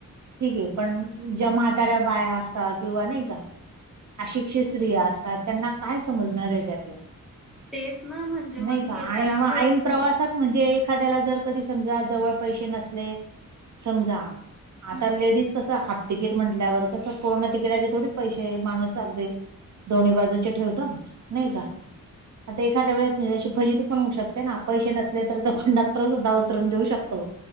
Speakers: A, on the right; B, in the centre.
A: ठीक ये पण ज्या म्हाताऱ्या बाया असता किंवा नाही का? अशिक्षीत स्त्रिया असतात, त्यांना काय समजणार आहे त्यातलं?
B: तेच ना म्हणजे मग
A: नाही का,
B: हे
A: आणि
B: तर
A: मग
B: अवघडच
A: ऐन
B: झालंय
A: प्रवासात म्हणजे एखाद्याला जर कधी समजा जवळ पैसे नसले समजा आता
B: हम्म
A: लेडीज कसं हाफ तिकीट म्हटल्यावर कसं पूर्ण तिकीटाचे थोडी पैसे माणूस लागले. दोन्ही बाजूचे ठेवतो. नाही
B: हम्म
A: का, आता एखाद्या वेळेस अशी फजिती पण होऊ शकते ना पैसे नस कंडक्टर सुद्धा उतरून देऊ शकतो.